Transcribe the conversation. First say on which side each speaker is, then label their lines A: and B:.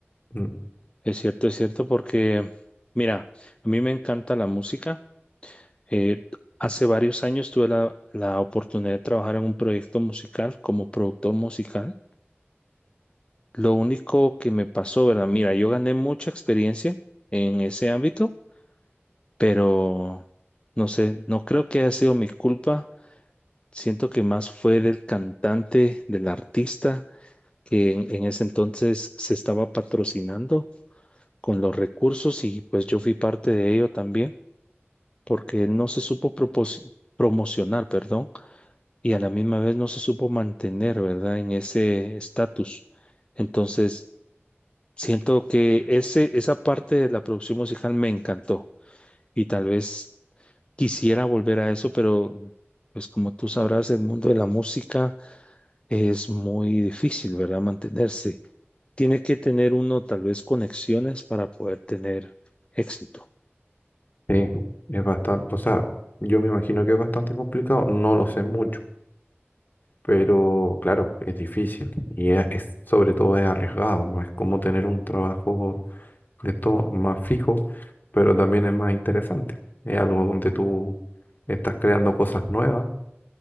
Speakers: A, on the left; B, on the left.
A: Mm.
B: Es cierto, es cierto, porque mira, a mí me encanta la música. Eh, hace varios años tuve la, la oportunidad de trabajar en un proyecto musical como productor musical. Lo único que me pasó, ¿verdad? Mira, yo gané mucha experiencia en ese ámbito, pero no sé, no creo que haya sido mi culpa. Siento que más fue del cantante, del artista, que en en ese entonces se estaba patrocinando con los recursos y pues yo fui parte de ello también porque él no se supo propos- promocionar, perdón, y a la misma vez no se supo mantener, ¿verdad? En ese estatus. Entonces, siento que ese, esa parte de la producción musical me encantó y tal vez quisiera volver a eso, pero pues como tú sabrás, el mundo de la música es muy difícil, ¿verdad? Mantenerse. Tiene que tener uno tal vez conexiones para poder tener éxito.
A: Sí, es bastante, o sea, yo me imagino que es bastante complicado, no lo sé mucho, pero claro, es difícil y es, es- sobre todo es arriesgado, no es como tener un trabajo de todo más fijo, pero también es más interesante. Es algo donde tú estás creando cosas nuevas